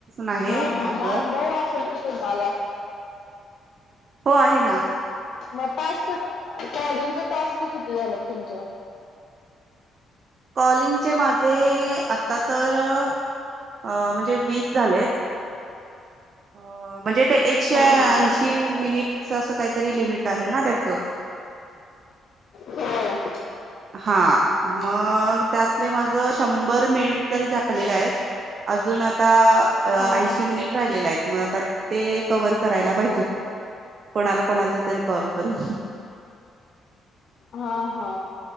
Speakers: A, on the right (about 50°); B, on the left (about 65°).
A: आहे
B: हा हा
A: ऍपवर
B: मान बहऊ असेल कि तु मला
A: हो आहे ना
B: मग टास्क टॉलिंगच टास्क किती झालं तुमचं
A: कॉलिंगचे माझे आता तर अ म्हणजे वीस झालेत. अ म्हणजे ते एकशे
B: हा
A: ऐंशी
B: हा
A: मिनिट असं काही तरी लिमिट आहे ना त्याच
B: हो
A: हा मग त्यातले माझ शंभर मिनिट तरी झालेले आहेत. अजून आता
B: हा
A: ऐंशी
B: हा
A: मिनिट राहिलेले आहेत. मग आता ते कव्हर करायला पाहिजेत. कोणाला कोणाल तरी कॉल करून.
B: हा हा